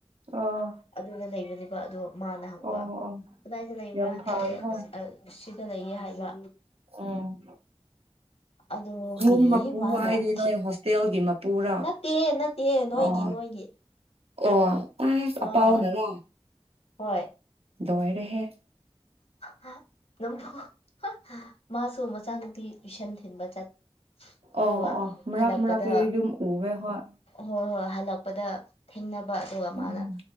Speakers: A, on the right (about 70°); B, on the left (about 75°).
A: ꯑꯥ
B: ꯑꯗꯨꯅ ꯂꯩꯕꯅꯦꯕ ꯑꯗꯣ ꯃꯥꯅ ꯍꯪꯕ
A: ꯑꯣ ꯑꯣ
B: ꯀꯗꯥꯏꯗ ꯂꯩꯕ꯭ꯔꯥꯅ
A: ꯌꯥꯝ ꯐꯩꯅ
B: ꯑꯩꯅ ꯑꯁ ꯑꯥ ꯁꯤꯗ ꯂꯩꯌꯦ ꯍꯥꯏꯕ
A: ꯎꯝ
B: ꯑꯗꯨꯒꯤ
A: ꯌꯨꯝ ꯃꯄꯨ
B: ꯃꯥꯅ
A: ꯍꯥꯏꯗꯤ
B: ꯊꯤ
A: ꯅꯣꯏ ꯍꯣꯁꯇꯦꯜꯒꯤ ꯃꯄꯨꯔꯥ
B: ꯅꯠꯇꯦ ꯅꯠꯇꯦ ꯅꯣꯏꯒꯤ
A: ꯑꯣ
B: ꯅꯣꯏꯒꯤ꯫ <inaudible>
A: ꯑꯣ ꯑꯁ
B: ꯑꯥ
A: ꯑꯄꯥꯎꯅꯔꯣ
B: ꯍꯣꯏ
A: ꯂꯣꯏꯔꯦꯍꯦ!
B: <unintelligible> ꯃꯥꯁꯨ ꯃꯆꯥꯅꯨꯄꯤ ꯇꯨꯏꯁꯟ ꯊꯤꯟꯕ ꯆꯠ ꯑꯗꯨꯒ
A: ꯑꯣ ꯑꯣ ꯃꯔꯛ
B: ꯍꯜꯂꯛꯄꯗ
A: ꯃꯔꯛꯇꯗꯤ ꯑꯗꯨꯝ ꯎꯋꯦ ꯍꯣꯏ
B: ꯍꯣꯏ ꯍꯣꯏ ꯍꯜꯂꯛꯄꯗ ꯊ‌ꯦꯡꯅꯕ ꯑꯗꯨꯒ
A: ꯎꯝ
B: ꯃꯥꯅ